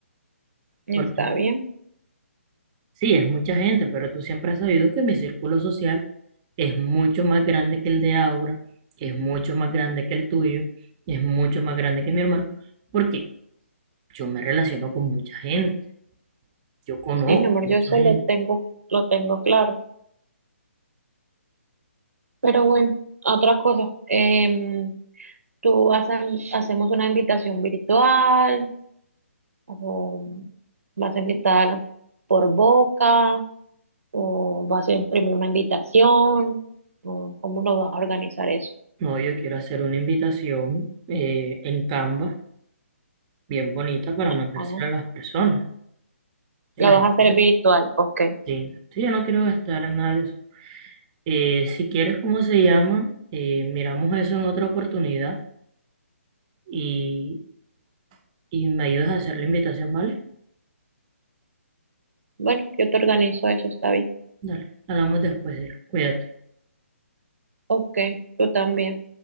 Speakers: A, on the right; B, on the right.
A: está
B: porque
A: bien.
B: sí, es mucha gente, pero tú siempre has sabido que mi círculo social es mucho más grande que el de Aura, es mucho más grande que el tuyo, es mucho más grande que mi hermano, porque yo me relaciono con mucha gente, yo conozco
A: Sí, mi amor,
B: a
A: yo
B: mucha
A: eso
B: gente.
A: lo tengo, lo tengo claro. Pero bueno, otra cosa, em, tú vas a, hacemos una invitación virtual, o vas a invitar por boca, o vas a imprimir una invitación, o cómo lo vas a organizar eso.
B: No, yo quiero hacer una invitación eh, en Canva, bien bonita, para
A: Ajá.
B: mandársela a las personas.
A: Lo
B: a la
A: vas
B: gente-
A: a hacer virtual, ok.
B: sí, sí, yo no quiero gastar en nada de eso. Eh, si quieres, ¿cómo se llama? Eh, miramos eso en otra oportunidad y, y me ayudas a hacer la invitación, ¿vale?
A: Bueno, yo te organizo eso, está bien.
B: Dale, hablamos después, sí. Cuídate.
A: Ok, tú también.